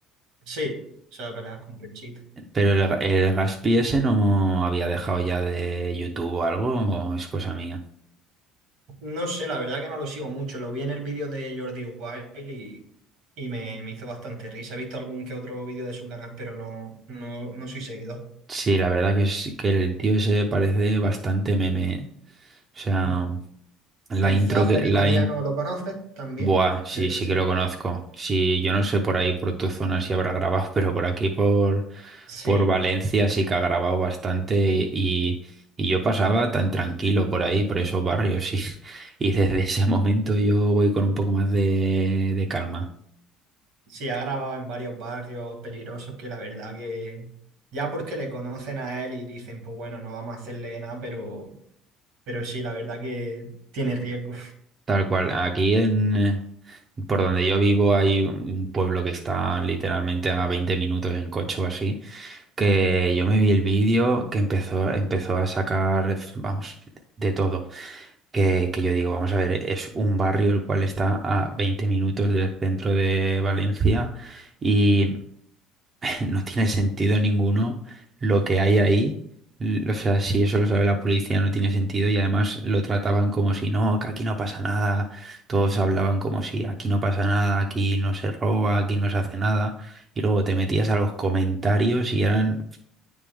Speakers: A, on the right; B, on the right.
A: Sí, o sea, peleas con Perchita.
B: Pero el, el Gaspi ese no había dejado ya de YouTube o algo, o es cosa mía.
A: No sé, la verdad que no lo sigo mucho. Lo vi en el vídeo de Jordi Wild y, y me, me hizo bastante risa. He visto algún que otro vídeo de su canal, pero no, no, no soy seguidor.
B: Sí, la verdad que es que el tío ese parece bastante meme. ¿eh? O sea,
A: Mm.
B: la
A: El
B: intro
A: Zaz,
B: que,
A: el
B: la
A: italiano, ¿lo conoces también?
B: Buah, sí,
A: Creo
B: sí
A: Sí.
B: que lo conozco. Sí, yo no sé por ahí, por tu zona, si habrá grabado, <laughs> pero por aquí, por,
A: Sí,
B: por Valencia, sí que ha grabado bastante y, y yo pasaba tan tranquilo por ahí, por esos barrios, sí. <laughs> Y desde ese momento yo voy con un poco más de, de calma.
A: sí, ha grabado en varios barrios peligrosos que la verdad que ya porque le conocen a él y dicen, pues bueno, no vamos a hacerle nada, pero, pero sí, la verdad que tiene riesgo.
B: Tal cual, aquí en, eh, por donde yo vivo hay un pueblo que está literalmente a 20 minutos en coche o así, que yo me vi el vídeo que empezó, empezó a sacar, f- vamos, de todo. que, que yo digo, vamos a ver, es un barrio el cual está a 20 minutos del centro de Valencia y <laughs> no tiene sentido ninguno lo que hay ahí. L- O sea, si eso lo sabe la policía no tiene sentido y además lo trataban como si no, que aquí no pasa nada, todos hablaban como si aquí no pasa nada, aquí no se roba, aquí no se hace nada y luego te metías a los comentarios y eran